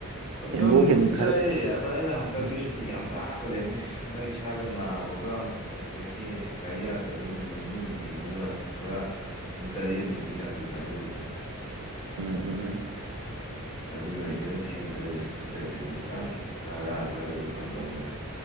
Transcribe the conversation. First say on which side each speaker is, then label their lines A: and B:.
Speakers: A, on the left (about 25°); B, on the right (about 75°).
A: ꯄꯇꯝꯕꯨꯗꯤ
B: ꯍꯦꯟꯗꯣꯛ ꯍꯦꯟꯖꯤꯟ ꯈꯔ
A: ꯆꯥꯏꯌꯦ ꯑꯗꯥꯅꯤ ꯅꯍꯥꯟ ꯍꯟꯗꯛꯁꯦ
B: ꯎꯝ
A: ꯁꯨꯇꯤ ꯌꯥꯝ ꯊꯥꯈ꯭ꯔꯦꯅꯦ ꯍꯟꯗꯛ ꯏꯁꯥꯒ ꯅꯥꯕꯒ ꯑꯗꯒꯤ ꯒꯥꯔꯤ ꯌꯥꯗꯕꯩ ꯅꯨꯃꯤꯠ ꯅꯤꯅꯤ ꯍꯨꯝꯅꯤ ꯑꯃꯒ ꯄꯨꯔꯥ ꯑꯗꯨꯝ ꯇꯔꯦꯠꯅꯤꯃꯨꯛꯀꯤ ꯆꯥꯡꯁꯤ ꯊꯥꯗꯣꯛꯈꯤꯕꯅꯦ
B: ꯎꯝ ꯎꯝ ꯎꯝ
A: ꯑꯗꯨꯅ ꯑꯩ ꯈꯤꯇꯪ ꯊꯦꯡꯊꯔꯤꯁꯤ ꯅꯠꯇ꯭ꯔꯗꯤ ꯑꯗꯨꯝ ꯇꯥꯡ ꯇꯔꯥ ꯁ꯭ꯋꯥꯏꯗ ꯑꯗꯨꯝ ꯐꯪꯗꯧꯅꯦꯕ